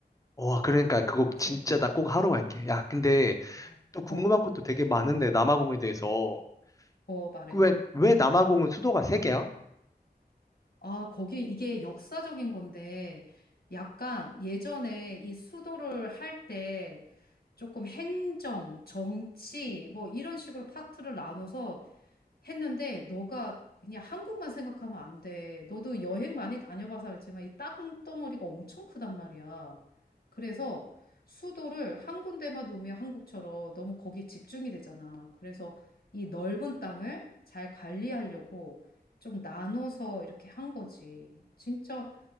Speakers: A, on the left; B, on the left.
A: 와, 그러니까 그거
B: 알았지?
A: 진짜 나 꼭 하러 갈게. 야, 근데
B: 어,
A: 또 궁금한
B: 어,
A: 것도 되게 많은데 남아공에 대해서
B: 어, 말해봐.
A: 그 왜, 왜 남아공은 수도가 세 개야?
B: 아, 거기 이게 역사적인 건데, 약간 예전에 이 수도를 할 때 조금 행정, 정치, 뭐 이런 식으로 파트를 나눠서 했는데 너가 그냥 한국만 생각하면 안 돼. 너도 여행 많이 다녀봐서 알지만 이 땅덩어리가 엄청 크단 말이야. 그래서 수도를 한 군데만 놓으면 한국처럼 너무 거기에 집중이 되잖아. 그래서 이 넓은 땅을 잘 관리하려고 좀 나눠서 이렇게 한 거지. 진짜,